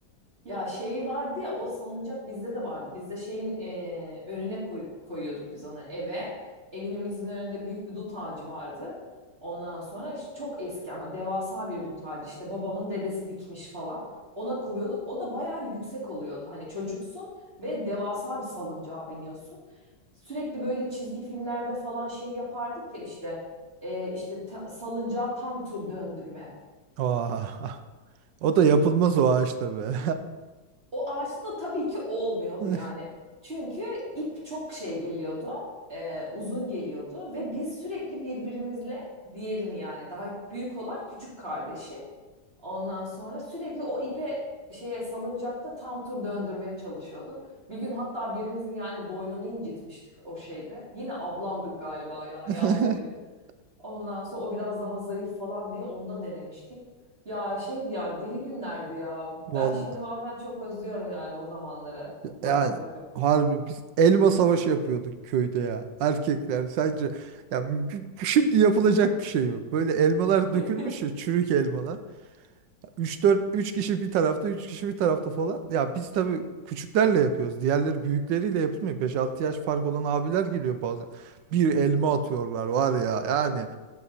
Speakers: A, on the right; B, on the right.
A: Ya şey vardı ya o salıncak bizde de vardı. Bizde şeyin e, önüne koy- koyuyorduk biz onu eve. Evimizin önünde büyük bir dut ağacı vardı. Ondan sonra işte çok eski ama devasa bir dut ağacı işte babamın dedesi dikmiş falan. Ona kuruyorduk. O da bayağı yüksek oluyordu. Hani çocuksun ve devasa bir salıncağa biniyorsun. Sürekli böyle çizgi filmlerde falan şey yapardık ya işte e, işte ta- salıncağa tam tur döndürme.
B: Aa, o da yapılmaz o ağaçta be.
A: O ağaçta da tabii ki olmuyordu
B: <laughs>
A: yani. Çünkü ip çok şey geliyordu, e, uzun geliyordu ve biz sürekli birbirimizle diğerini yani daha büyük olan küçük kardeşi ondan sonra sürekli o ipe şeye salıncakta tam tur döndürmeye çalışıyorduk. Bir gün hatta birimizin yani boynunu incitmiştik o şeyde. Yine ablamdı galiba ya
B: <laughs>
A: yavrum benim. Ondan sonra o biraz daha zayıf falan diye onda denemiştik. Ya şeydi ya deli günlerdi ya.
B: Vallahi
A: Ben şimdi bazen çok özlüyorum yani o zamanları. Bakıp
B: yani
A: bakıp.
B: harbi biz elma savaşı yapıyorduk köyde ya. Erkekler sence ya bu, bu şimdi yapılacak bir şey mi? Böyle elmalar dökülmüş
A: <laughs>
B: ya çürük elmalar. Üç dört üç kişi bir tarafta 3 kişi bir tarafta falan. Ya biz tabii küçüklerle yapıyoruz. Diğerleri büyükleriyle yapılmıyor. beş altı yaş fark olan abiler geliyor bazen. Bir elma atıyorlar var ya yani